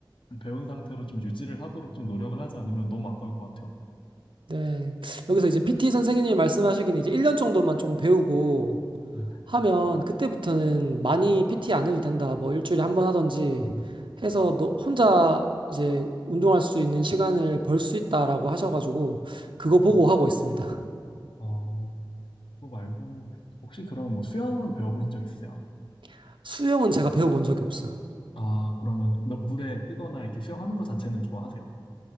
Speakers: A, on the left; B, on the right.
A: 배운 상태로 좀 유지를 하도록 좀 노력을 하지 않으면 너무 아까울 것 같아요.
B: 네. 여기서 이제 PT 선생님이 말씀하시기는 이제 1년 정도만 조금 배우고
A: 네네.
B: 하면 그때부터는 많이 PT 안 해도 된다. 뭐 일주일에 한 번 하던지
A: 음,
B: 해서 너 혼자 이제 운동할 수 있는 시간을 벌 수 있다라고 하셔가지고 그거 보고
A: 음.
B: 하고 있습니다.
A: 어, 그거 말고는 혹시 그러면 뭐 수영은 배워보신 적 있으세요?
B: <laughs> 수영은 제가 배워본 적이 없어요.
A: 아, 그러면 너- 물에 뜨거나 이렇게 수영하는 거 자체는 좋아하세요?